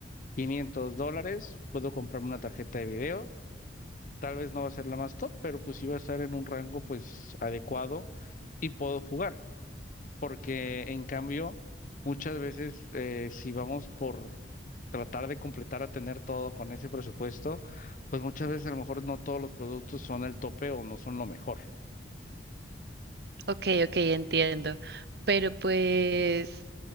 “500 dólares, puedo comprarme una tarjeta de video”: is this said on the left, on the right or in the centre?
Left